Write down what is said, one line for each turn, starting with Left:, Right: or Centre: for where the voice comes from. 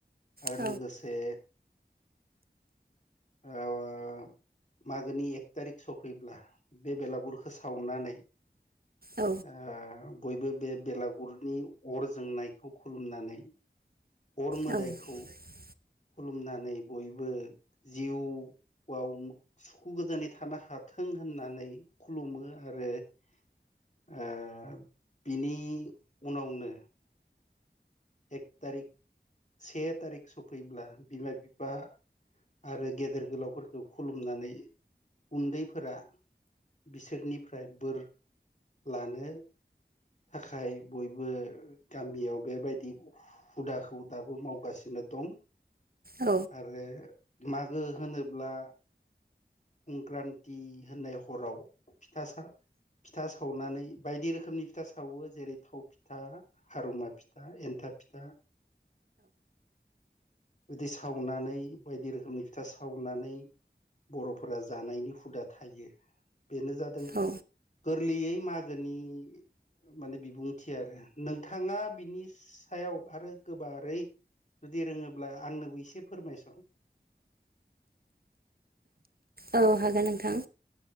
Left: आरो
Right: औ
Left: लोगोसे ओ मागोनि एक थारिख सफैब्ला बे बेलागुरखौ सावनानै
Right: औ
Left: ओ बयबो बे बेलागुरनि अर जोंनायखौ खुलुमनानै अर मोदायखौ
Right: औ
Left: खुलुमनानै बयबो जिउ आव सुखु गोजोनै थानो हाथों होननानै खुलुमो आरो ओ बिनि उनावनो एक थारिक से थारिख सफैब्ला बिमा बिफा आरो गेदेर गोलावफोरखौ खुलुमनानै उन्दैफोरा बिसोरनिफ्राय बोर लानो थाखाय बयबो गामियाव बेबायदि हुदाखौ दाबो मावगासिनो दं
Right: औ
Left: आरो मागो होनोब्ला संक्रान्ति होननाय हराव फिथासा फिथा सावनानै बायदि रोखोमनि फिथा सा सावो जेरै थाव फिथा हारुमा फिथा एन्थाब फिथा गोदै सावनानै बायदि रोखोमनि फिथा सावनानै बर'फोरा जानायनि हुदा थायो। बेनो जादों
Right: औ
Left: गोरलैयै मागोनि माने बिबुंथि आरो नोंथाङा बिनि सायाव आरो गोबारै जुदि रोङोब्ला आंनोबो एसे फोरमायस'
Right: औ हागोन नोंथां